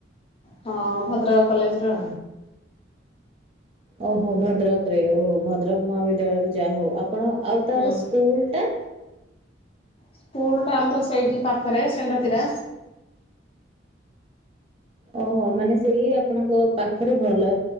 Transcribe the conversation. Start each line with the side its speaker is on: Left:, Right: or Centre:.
Left: ହଁ ଭଦ୍ରକ କଲେଜ ର
Right: ଓହୋ ଭଦ୍ରକ ରେ ଓହୋ ଭଦ୍ରକ ମହାବିଦ୍ୟାଳୟରୁ ଯାହା ହଉ ଆପ ଆପଣ ଆଉ ତାର
Left: ହୁଁ।
Right: ସ୍କୁଲ ଟା?
Left: ସ୍କୁଲ ଟା ଆମର ସେଇଠି ପାଖରେ ସେନଡ୍ ସେଟା
Right: ଓହୋ ମାନେ ସେଇ ଆପଣଙ୍କ ପାଖରେ ଭଲ